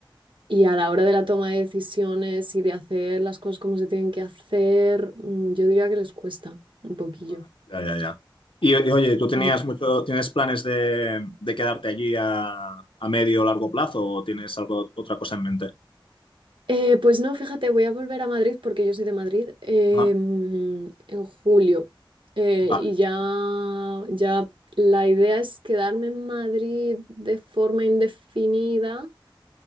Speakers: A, on the right (about 70°); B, on the left (about 80°).
A: Y a la hora de la toma de decisiones y de hacer las cosas como se tienen que hacer, mm, yo diría que les cuesta un poquillo.
B: Va, Ya, ya, ya. Y, y, oye, ¿tú tenías
A: Mm.
B: mucho, tienes planes de, de quedarte allí a, a medio o largo plazo o tienes algo, otra cosa en mente?
A: Eh, pues no, fíjate, voy a volver a Madrid porque yo soy de Madrid eh,
B: Ajá.
A: mm, en julio. Eh,
B: Vale.
A: y ya, ya la idea es quedarme en Madrid de forma indefinida,